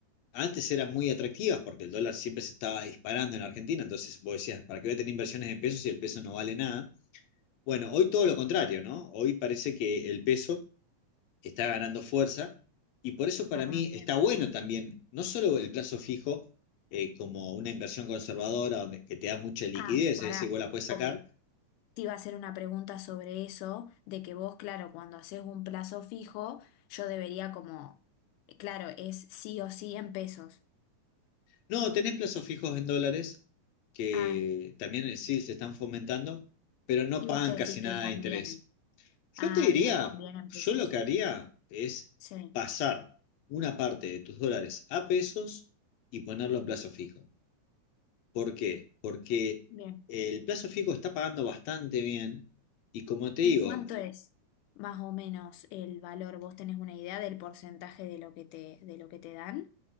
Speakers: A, on the left; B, on the left.
A: antes eran muy atractivas porque el dólar siempre se estaba disparando en Argentina, entonces vos decías, ¿para qué voy a tener inversiones en pesos si el peso no vale nada? Bueno, hoy todo lo contrario, ¿no? Hoy parece que el peso está ganando fuerza y por eso para
B: Ah,
A: mí
B: bien.
A: está bueno también, no solo el plazo fijo eh, como una inversión conservadora donde, que te da mucha liquidez,
B: Ah, pará,
A: es decir, vos la puedes sacar,
B: porque te iba a hacer una pregunta sobre eso, de que vos, claro, cuando haces un plazo fijo, yo debería como, claro, es sí o sí en pesos.
A: No, tenés plazos fijos en dólares que
B: Ah.
A: también eh, sí se están fomentando, pero no
B: ¿Y
A: pagan
B: vos qué decís
A: casi
B: que
A: nada
B: conviene?
A: de interés. Yo
B: Ah,
A: te diría,
B: bien, conviene en
A: yo
B: pesos.
A: lo que haría es
B: Sí,
A: pasar una parte de tus dólares a pesos y ponerlo en plazo fijo. ¿Por qué? Porque
B: bien.
A: el plazo fijo está pagando bastante bien y como te
B: ¿Y
A: digo,
B: cuánto es más o menos el valor? ¿Vos tenés una idea del porcentaje de lo que te, de lo que te dan?